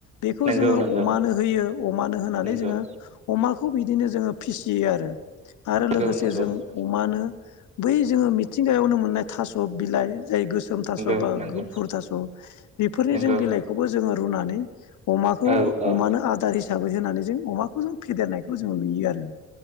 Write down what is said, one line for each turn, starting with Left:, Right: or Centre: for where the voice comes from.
Left: बेखौ
Right: नंगौ
Left: जोङो
Right: नंगौ
Left: अमानो होयो अमानो होनानै
Right: नंगौ
Left: जोङो अमाखौ बिदिनो जोङो फिसियो आरो। आरो लोगोसे
Right: नंगौ नंगौ
Left: जों अ बै जोङो मिथिंगायावनो मोननाय थास' बिलाइ जाय गोसोम थास'
Right: नंगौ
Left: बा
Right: नंगौ
Left: गुफुर थास' बेफोरनि
Right: नंगौ
Left: जों बिलाइखौबो जोङो रुनानै अमाखौ
Right: औ औ
Left: अमानो आदार हिसाबै होनानै जों अमाखौ जों फेदेरनायखौ जों नुयो आरो ।